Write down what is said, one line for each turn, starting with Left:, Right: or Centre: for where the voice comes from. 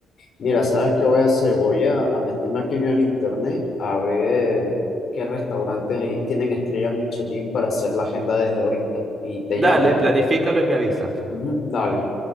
Left: Mira, ¿sabes qué voy a hacer? Voy a, a meterme aquí en el internet a ver qué restaurantes ahí tienen estrellas Michelin para hacer la agenda desde ahorita. Y te
Right: Dale,
Left: llamo.
Right: planifícalo y me avisas.
Left: Ujú, dale.